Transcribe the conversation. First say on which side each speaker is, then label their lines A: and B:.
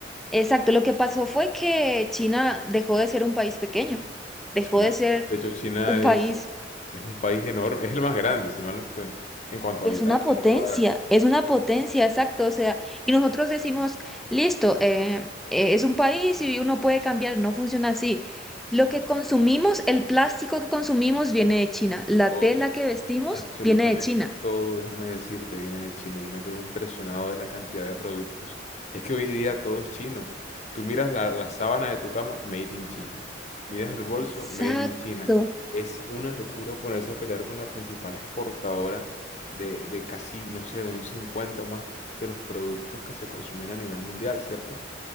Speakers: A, in the centre; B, on the left.
A: exacto, lo que pasó fue que China dejó de ser un país pequeño, dejó
B: China,
A: de ser
B: de hecho, China
A: un país
B: es... Es un país enorme, es el más grande, si mal no estoy, en cuanto
A: Es
B: a habitantes
A: una potencia,
B: y toda la cosa.
A: es una potencia, exacto. O sea, y nosotros decimos, listo, eh, eh, es un país y uno puede cambiar, no funciona así. Lo que consumimos, el plástico que consumimos viene de China, la
B: Todo,
A: tela que vestimos
B: absolutamente
A: viene de China.
B: todo, déjame decirte, viene de China. Yo me quedo impresionado de la cantidad de productos. Es que hoy día todo es chino. Tú miras la, la sábana de tu cama, made in China. Miras el bolso,
A: Exacto.
B: made in China. Es una locura ponerse a pelear con la principal exportadora de, de casi, no sé, un 50 o más de los productos que se consumen a nivel mundial, ¿cierto?